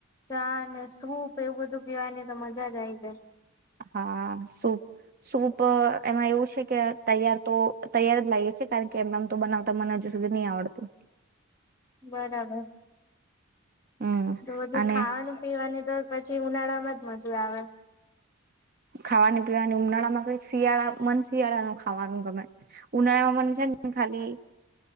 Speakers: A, on the left; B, on the right.
A: ચા ને સૂપ એવું બધું પીવાની તો મજા જ આ આવી જાય.
B: હા સૂપ.. સૂપ એમાં એવું છે કે તૈયાર તો તૈયાર જ લાઇએ છે કારણ કે એમનેમ તો બનાવતા મને હજુ સુધી નહી આવડતું.
A: બરાબર
B: હમ
A: તો બધું
B: અને
A: ખાવાનું પીવાનું તો પછી ઉનાળામાં જ મજા આવે
B: ખાવાને પીવાની ઉનાળામાં કઈક શિયાળા મન શિયાળા ન ખાવાનું ગમે ઉનાળામાં મને છે ને ખાલી